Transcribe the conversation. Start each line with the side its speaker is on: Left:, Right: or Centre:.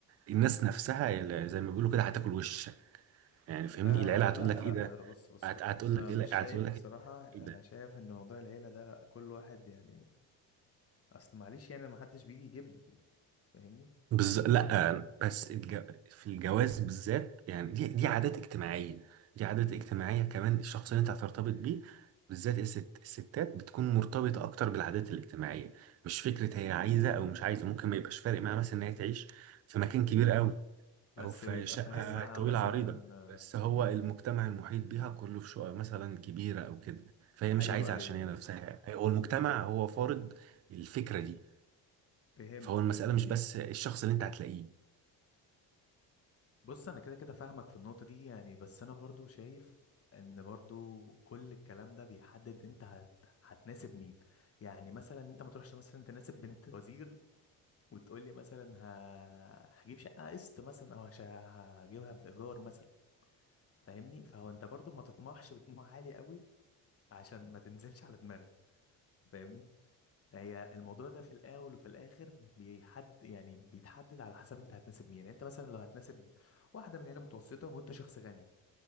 Right: الناس نفسها اللي زي ما بيقولوا كده هتاكل وشك يعني فاهمني
Left: آه
Right: العيله هتقول
Left: لا
Right: لك
Left: لا
Right: ايه ده
Left: بص بص
Right: هت-
Left: بص
Right: هتقول
Left: انا
Right: لك ايه
Left: مش شايف
Right: هتقول
Left: بصراحة
Right: لك
Left: انا
Right: ايه ده
Left: شايف ان موضوع العيلة ده لا كل واحد يعني اصل معلش يعني محدش بيجي يجيب لي فاهمني
Right: بز... لا بس الج... في الجواز بالذات يعني دي دي عادات اجتماعيه دي عادات اجتماعيه كمان الشخص اللي انت هترتبط بيه بالذات الست... الستات بتكون مرتبطه اكتر بالعادات الاجتماعيه مش فكره هي عايزه او مش عايزه ممكن ما يبقاش فارق معاها مثلا ان هي تعيش في مكان كبير قوي
Left: بس
Right: او في
Left: بيبقى
Right: شقه
Left: فارق معاها
Right: طويله
Left: مثلا
Right: عريضه
Left: آه،
Right: بس هو المجتمع المحيط بيها كله في شقه مثلا كبيره او كده فهي مش
Left: ايوه
Right: عايزه
Left: ايوه
Right: علشان هي نفسها هو المجتمع هو فارض الفكره دي
Left: فهمتك
Right: فهو المساله
Left: فهمت
Right: مش بس الشخص اللي انت هتلاقيه
Left: بص انا كده كده فاهمك في النقطة دي يعني بس انا برضو شايف ان برضو كل الكلام ده بيحدد انت هت... هتناسب مين يعني مثلا انت ما تروحش مثلا تناسب بنت وزير وتقول لي مثلا ه... هجيب شقة قسط مثلا او هش... هجيبها في ايجار مثلا فاهمني فهو انت برضو ما تطمحش بطموح عالي قوي عشان ما تنزلش على دماغك فاهمني هي الموضوع ده في الاول وفي الاخر بيحد يعني بيتحدد على حسب انت هتناسب مين يعني انت مثلا لو هتناسب واحده من عيله متوسطه وانت شخص غني